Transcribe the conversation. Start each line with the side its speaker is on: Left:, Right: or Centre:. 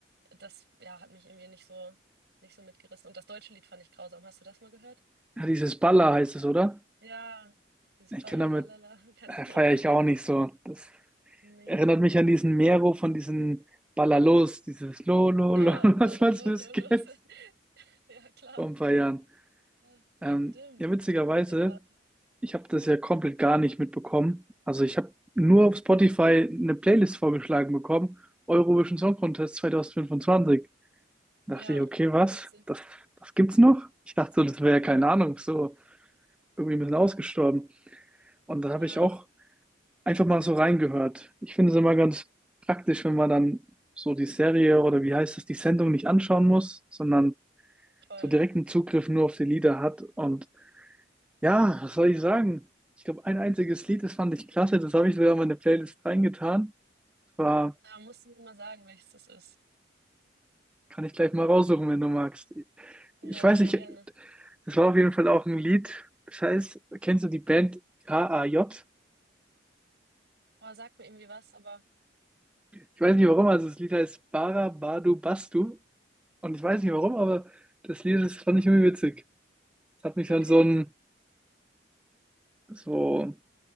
Right: das ja hat mich irgendwie nicht so nicht so mitgerissen und das deutsche Lied fand ich grausam. Hast du das mal gehört?
Centre: Ja, dieses Balla heißt es, oder?
Right: Ja, dieses
Centre: Ich
Right: Balalala,
Centre: kann damit,
Right: <laughs> keine
Centre: äh,
Right: Ahnung.
Centre: feiere ich auch nicht so. Das
Right: Nee.
Centre: erinnert mich an diesen Mero von diesen Ballalos, dieses Lo, Lo,
Right: No,
Centre: Lo, <laughs> was
Right: balalos.
Centre: was das geht
Right: <laughs> Ja, klar.
Centre: vor ein paar Jahren.
Right: Ja, stimmt.
Centre: Ähm, ja, witzigerweise,
Right: Ja,
Centre: ich habe das ja komplett gar nicht mitbekommen. Also ich habe nur auf Spotify eine Playlist vorgeschlagen bekommen, Eurovision Song Contest 2025. Dachte
Right: ja,
Centre: ich, okay, was?
Right: witzig.
Centre: Das, das gibt's noch? Ich dachte so, das wäre, keine Ahnung, so irgendwie ein bisschen ausgestorben. Und dann habe
Right: Ja,
Centre: ich auch einfach mal so reingehört. Ich finde es immer ganz praktisch, wenn man dann so die Serie oder wie heißt es, die Sendung nicht anschauen muss, sondern
Right: toll.
Centre: so direkten Zugriff nur auf die Lieder hat. Und ja, was soll ich sagen? Ich glaube, ein einziges Lied, das fand ich klasse, das habe ich sogar in meine Playlist reingetan. War,
Right: Ja, musst du mir mal sagen, welches das ist.
Centre: kann ich gleich mal raussuchen, wenn du magst.
Right: Ja,
Centre: Ich weiß
Right: sehr
Centre: nicht,
Right: gerne.
Centre: das war auf jeden Fall auch ein Lied. Das heißt, kennst du die Band KAJ?
Right: Oh, sag mir irgendwie was, aber
Centre: Ich weiß nicht warum, also das Lied heißt Bara Badu Bastu Und ich weiß nicht warum, aber das Lied, das fand ich irgendwie witzig. Es hat mich
Right: okay.
Centre: an so ein so